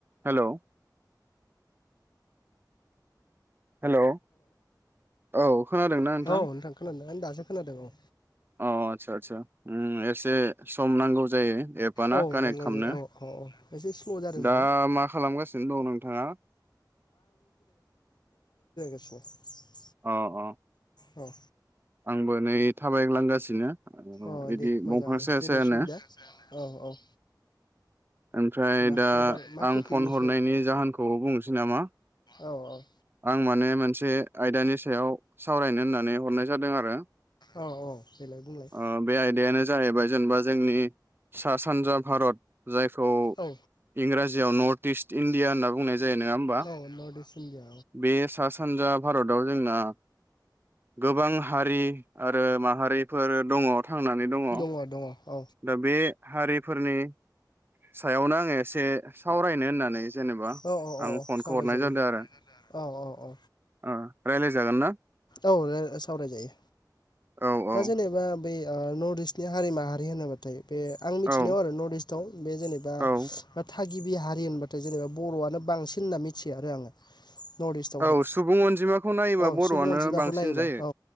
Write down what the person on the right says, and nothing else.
Hello hello औ खोनादोंना
नोंथां
औ आदसा आदसा उम एस दे सम नांगौ जायो। एपआ ना
कानेक्ट
खालामनो
दा
मा खालामगासिनो दं नोंथाङा?
अ अ
आंबो नै थाबायग्लांगासिनो।
बिदि
दंफां साया
सायानो
ओमफ्राय
दा
आं
फन हरनायनि
जाहोनखौ बुंनोसै नामा
आं माने मोनसे आयदानि सायाव सावरायनो होननानै हरनाय जादों आरो
ओ बे आयदायानो जाहैबाय जेनेबा जोंनि सास सानजा भारत जायखौ
इंराजि याव नर्थ इस्ट इण्डिया होनना बुंनाय जायो नङा होमबा
बे सा सानजा भारताव जोंना गोबां हारि आरो माहारिफोर दङ थांनानै दङ।
दा बे हारिफोरनि सायावनो आङो एसे सावरायनो होननानै जेनेबा
आं फनखौ
हरनाय जादों आरो
ओ रायलायजागोन ना
औ
औ
औ
औ
औ सुबुं अनजिमाखौ नायोबा
बर'आनो
बांसिन
जायो